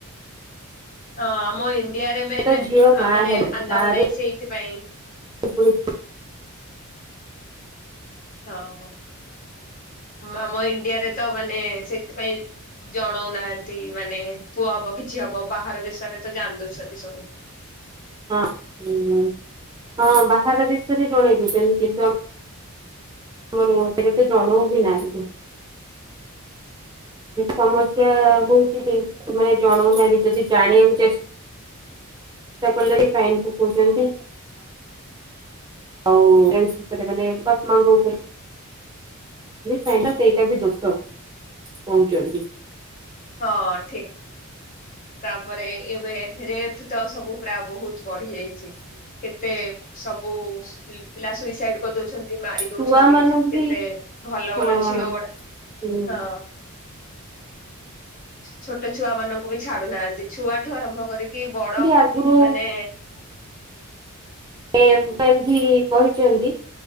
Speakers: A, on the left; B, on the right.
A: ହଁ ଆମ ଇଣ୍ଡିଆରେ ମେନେ
B: ସେ ତ ଝିଅ ମା
A: ଆ ମାନେ
B: ହେବ
A: ଆଲାଉ
B: ମା
A: ନାହିଁ
B: ରୁ
A: ସେଇଥିପାଇଁ।
B: <inaudible>
A: ହଁ ଆମ ଇଣ୍ଡିଆରେ ତ ମାନେ ସେଥିପାଇଁ। ଜଣଉନାହାନ୍ତି ମାନେ ପୁଅ ହବ କିଛି ହବ ବାହାର ଦେଶରେ ତ ଜାଣି ଦଉଛନ୍ତି ସବୁ।
B: ହଁ-ହଁ ବାହାର ଦେଶରେ ଜଣେଇ ଦଛନ୍ତି କିନ୍ତୁ ଆ ର କେତେ ଜଣଉ ବି ନାହାନ୍ତି। ସମସ୍ୟା ବହୁଛିନେ ଜଣାଉନାହାନ୍ତି ଯଦି ଜାଣିବାକୁଚେଷ୍ ଚେଷ୍ଟା କଲେ ବି ପାଇନ୍ ପକଉଚନ୍ତି। ହଉ ଏନ୍ସ୍ଭିତରେ କଲେ। <unintelligible> ସାହିଁଟା ସେଇଟା ବି ଦୋଶ କହୁଚନ୍ତି।
A: ହଁ ଠିକ୍। ତାପରେ ଏବେ ରେଫ୍ତ୍ ସବୁ ପୁରା ବହୁତ୍ ବଢି ଯାଇଚି। କେତେ ସବୁ ସ ପିଲା ସୁଇସାଇଡ୍ କରିଦଉ ଛନ୍ତି ମାରି ଦଉଛନ୍ତି
B: ଛୁଆ ମାନଙ୍କୁ
A: କେତେ
B: ବି
A: ଭଲ-ଭଲ
B: ହଁ
A: ଝିଅ ଗୁଡା।
B: ଯେମିତି
A: ହଁ। ଛୋଟ ଛୁଆ ମାନଙ୍କୁ ବି ଛାଡୁନାହାନ୍ତି ଛୁଆଠୁ ଆରମ୍ଭ କରିକି ବଡ
B: ଆଗରୁ
A: ମାନେ
B: ଏମ୍ ତା ଧି କହିଚନ୍ତି